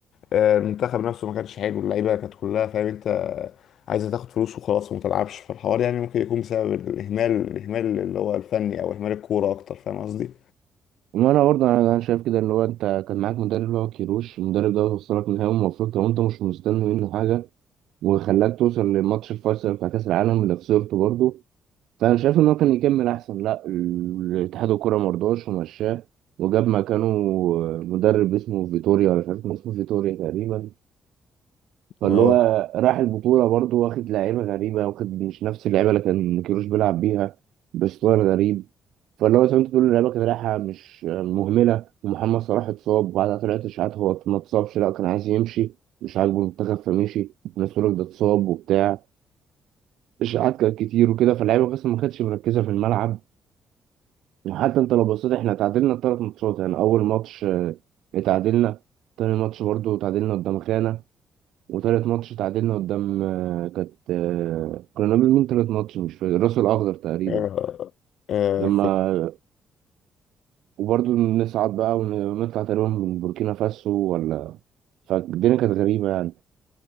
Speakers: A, on the left; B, on the right.
A: آه، المنتخب نفسه ما كانش حلو اللعيبه كانت كلها فاهم انت عايزه تاخد فلوس وخلاص وما تلعبش فالحوار يعني ممكن يكون بسبب الاهمال الاهمال اللي هو الفني او اهمال الكوره اكتر فاهم قصدي
B: وأنا برضه أنا أنا شايف كده إن هو أنت كان معاك مدرب اللي هو كيروش المدرب ده وصلك نهائي المفروض لو أنت مش مستني منه حاجة وخلاك توصل لماتش الفيصل بتاع كأس العالم اللي خسرته برضه فأنا شايف إن هو كان يكمل أحسن لأ ال- الاتحاد الكورة مرضاش ومشاه وجاب مكانه آه، مدرب اسمه فيتوريا ولا مش عارف كان اسمه فيتوريا تقريبا فاللي
A: اه
B: هو راح البطولة برضه واخد لعيبة غريبة واخد مش نفس اللعيبة اللي كان كيروش بيلعب بيها بستايل غريب فاللي هو زي ما انت بتقول اللعيبة كانت رايحة مش مهملة ومحمد صلاح اتصاب وبعدها طلعت اشاعات هو ما اتصابش لا كان عايز يمشي مش عاجبه المنتخب فمشي وناس تقول لك ده اتصاب وبتاع اشاعات كانت كتير وكده فاللعيبة اصلا ما كانتش مركزة في الملعب وحتى انت لو بصيت احنا تعادلنا ثلاث ماتشات يعني اول ماتش اه، اتعادلنا تاني ماتش برضه تعادلنا قدام خانة وتالت ماتش تعادلنا قدام آه، كانت آه، كنا بنقابل مين تالت ماتش مش فاكر الراس الأخضر تقريبا
A: اه آه،
B: لما وبرضه نصعد بقى ونطلع تقريبا من بوركينا فاسو ولا فالدنيا كانت غريبة يعني